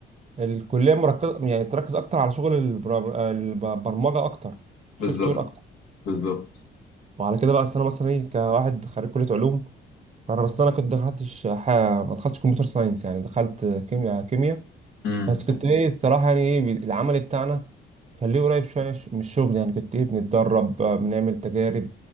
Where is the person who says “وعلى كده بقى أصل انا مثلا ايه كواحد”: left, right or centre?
Right